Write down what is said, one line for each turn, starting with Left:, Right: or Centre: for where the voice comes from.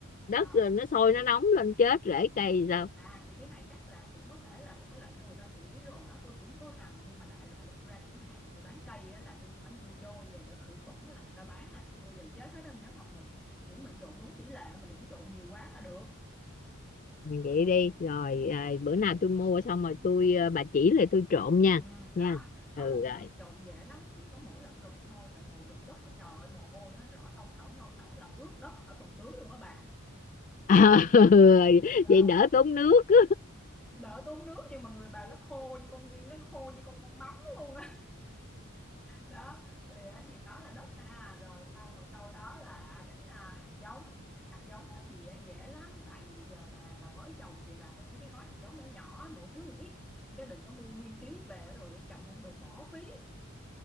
Left: đất
Centre: ờ
Left: rồi nó sôi
Centre: thì
Left: nó nóng lên chết rễ cây sao
Centre: À thì cái này chắc là cũng có thể là một cái loại vô người ta xử lý rồi đó tôi cũng có rành nhưng mà đại loại là tôi ra cửa hàng chỗ bán cây á, là tôi hỏi mua vô về để khử khuẩn là người ta bán à chưa bao giờ chết hết á nếu mà mình kiểu mình trộn đúng tỷ lệ mình đừng trộn nhiều quá là được
Left: vậy
Centre: ừ,
Left: đi rồi à, bữa nào tôi mua xong rồi tôi à, bà chỉ lại tôi trộn nha
Centre: ừ, đó
Left: nha
Centre: có
Left: ừ
Centre: công
Left: rồi
Centre: thức trộn dễ lắm chỉ có mỗi là cực thôi tại ngồi trộn đất cái trời ơi, mồ hôi nó rõ tông tổng non tổng là ướt đất khỏi còn tưới luôn đó bà
Left: <laughs>
Centre: đó
Left: vậy đỡ tốn nước <laughs>
Centre: đợi tôi nước nhưng mà người bà nó khô như con nó khô như con con mắm luôn á. đó rồi đó thì đó là đất ha rồi xong rồi sau đó là đến à, hạt giống hạt giống thì à, dễ lắm tại vì giờ bà bà mới trồng thì bà mua mấy cái gói hạt giống nhỏ nhỏ mỗi thứ ít chứ đừng có mua nguyên ký về rồi trồng không được bỏ phí